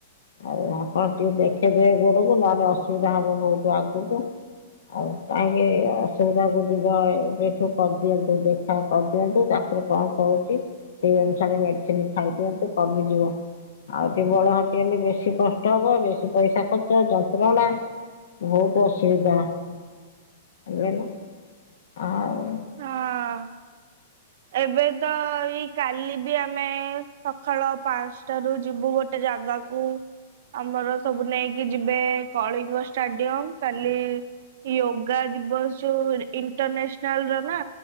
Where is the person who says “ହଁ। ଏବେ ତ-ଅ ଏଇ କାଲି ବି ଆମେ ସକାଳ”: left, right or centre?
Right